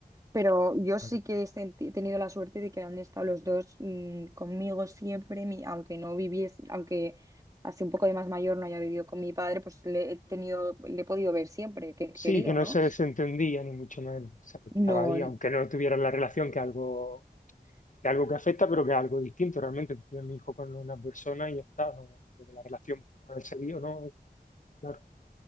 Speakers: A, on the right; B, on the left.
A: Pero yo
B: claro.
A: sí que he senti- he tenido la suerte de que han estado los dos mm, conmigo siempre, mi- aunque no viviese, aunque así un poco de más mayor no haya vivido con mi padre, pues le he tenido, le he podido ver siempre que he
B: Sí,
A: querido,
B: que no
A: ¿no?
B: se desentendía, ni mucho menos. O sea, estaba
A: No,
B: ahí, aunque no tuvieran la relación, que algo, que algo que afecta, pero que es algo distinto. Realmente, tuve mi hijo con una persona y ya está, no, la relación puede seguir o no, claro.